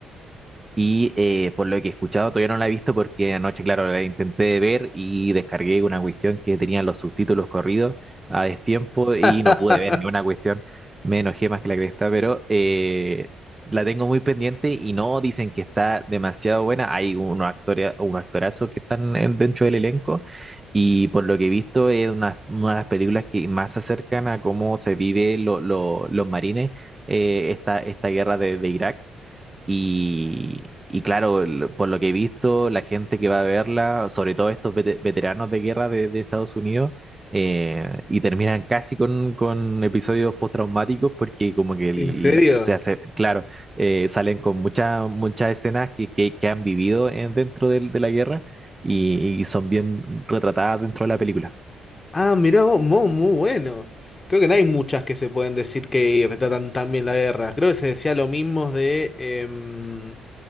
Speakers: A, on the right; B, on the left.
A: y eh, por lo que he escuchado, todavía no la he visto porque anoche, claro, la intenté ver y descargué una cuestión que tenía los subtítulos corridos a destiempo y
B: <laughs>
A: no pude ver ni una cuestión. Me enojé más que la cresta, pero eh, la tengo muy pendiente y no dicen que está demasiado buena. Hay unos actores, unos actorazos que están en- dentro del elenco y por lo que he visto es una, una de las películas que más se acercan a cómo se vive lo- lo- los marines eh, esta, esta guerra de de Irak. Y, y claro, el- por lo que he visto, la gente que va a verla, sobre todo estos vete- veteranos de guerra de, de Estados Unidos, eh, y terminan casi con, con episodios postraumáticos porque como que el-
B: ¿En serio?
A: se hace, claro, eh, salen con muchas muchas escenas que, que, que han vivido en- dentro del- de, la guerra y, y son bien retratadas dentro de la película.
B: Ah, mirá vos, mo- muy bueno. Creo que no hay muchas que se pueden decir que retratan tan bien la guerra. Creo que se decía lo mismo de em,